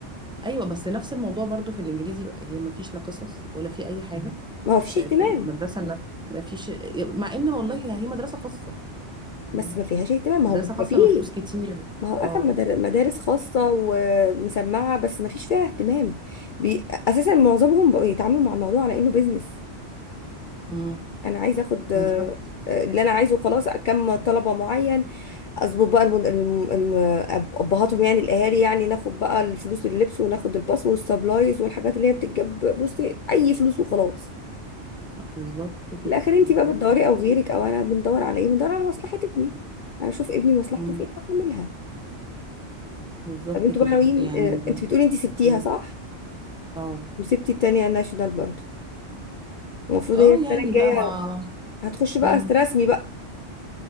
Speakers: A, in the centre; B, on the left.
A: ايوه بس نفس الموضوع برضو في الانجليزي بقى، هي ما فيش لا قصص ولا في اي حاجه
B: ما هو فيش
A: آه،
B: اهتمام
A: في المدرسه ما ما فيش مع ان والله يعني هي مدرسه خاصه مين
B: بس ما فيهاش اهتمام ما
A: مدرسه
B: هو
A: خاصه
B: ما فيه
A: بفلوس كتير
B: ما هو اكم
A: اه
B: مدار- مدارس خاصه ومسمعه بس ما فيش فيها اهتمام بي... اساسا معظمهم بقوا يتعاملوا مع الموضوع على انه بيزنس
A: امم
B: انا عايزه اخد آه،
A: بالظبط
B: آه، اللي انا عايزه خلاص كم طلبه معين اظبط بقى الم... الم... الم... أب- ابهاتهم يعني الاهالي يعني ناخد بقى الفلوس اللبس وناخد الباص والسبلايز والحاجات اللي هي بتتجاب بصي اي فلوس وخلاص
A: بالظبط كده
B: في الاخر انت
A: بالظبط
B: بقى بتدوري او غيرك او انا بندور على ايه بندور على مصلحه ابني انا اشوف ابني مصلحته
A: مم.
B: فين بعملها
A: بالظبط
B: طب انتوا
A: كده
B: بقى ناويين
A: يعني
B: آه، انت بتقولي انت سبتيها
A: مم.
B: صح
A: اه
B: وسبتي التانية ناشونال برضه المفروض
A: اه
B: هي السنه
A: يعني
B: الجايه
A: بقى مع
B: هتخش بقى
A: مم.
B: رسمي بقى